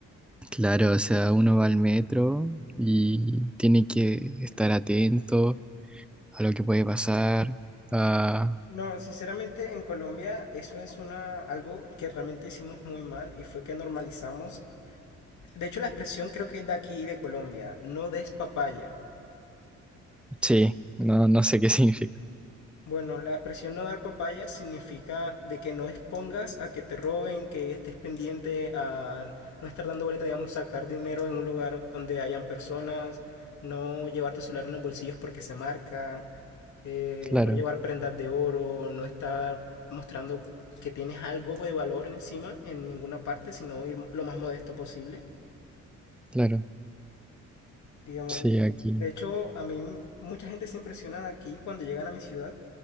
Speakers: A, in the centre; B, on the left.
A: Claro, o sea, uno va al metro y tiene que estar atento a lo que puede pasar. Ah,
B: No, sinceramente en Colombia eso es una algo que realmente hicimos muy mal y fue que normalizamos De hecho, la expresión creo que es de aquí, de Colombia. No des papaya.
A: sí, no, no sé qué <laughs> significa.
B: Bueno, la expresión no dar papaya significa de que no expongas a que te roben, que estés pendiente a no estar dando vuelta, digamos, sacar dinero en un lugar donde hayan personas, no llevar tu celular en los bolsillos porque se marca, eh,
A: Claro,
B: no llevar prendas de oro, no estar mostrando que tienes algo de valor encima en ninguna parte, sino ir lo más modesto posible.
A: claro,
B: digamos.
A: sí, aquí.
B: De hecho, a mí mucha gente se impresiona aquí cuando llegan a mi ciudad